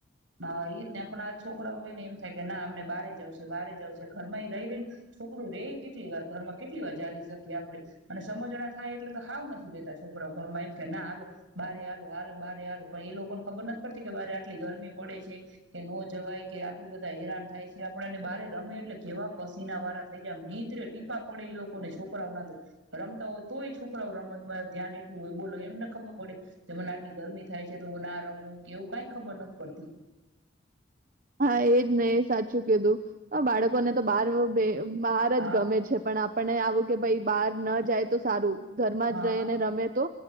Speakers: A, on the right (about 75°); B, on the right (about 45°).
A: હા એજ ને પણ આ છોકરાઓને એમ થાય કે ના અમને બારે જાઉં છે બારે જાઉં છે. ઘરમાં એ રહી રહીને છોકરું રહી કેટલી વાર ઘરમાં કેટલી વાર જાલી શકીએ આપડે અને સમજણા થાય એટલે તો હાવ નથી રેતા છોકરાઓ ઘરમાં. એમ કે ના આલો બારે આલો આ બારે આલો પણ એ લોકોને ખબર નથ પડતી કે બારે આટલી ગરમી પડે છે. કે નો જવાય કે આ લોક બધા હેરાન થાય છે. આપણાને બારે રમે એટલે કેવા પસીના વારા થઈ જાય. આમ નીત્રે ટીપા પડે એ લોકોને છોકરાઓ ના તો. રમતા હોય તોય છોકરાઓ રમત માં ધ્યાન એટલું હોય બોલો એમને ખબર પડે કે મને આટલી ગરમી થાય છે તો હું ના રમું કે એવું કઈ ખબર નથ પડતી.
B: હા એજ ને એ સાચું કીધું. આ બાળકોને તો બાર રુપ બે બહાર
A: હા
B: જ ગમે છે. પણ આપણને આવું કે ભઈ બહાર ન જાય તો સારું. ઘરમાં
A: હા
B: જ રહીને રમે તો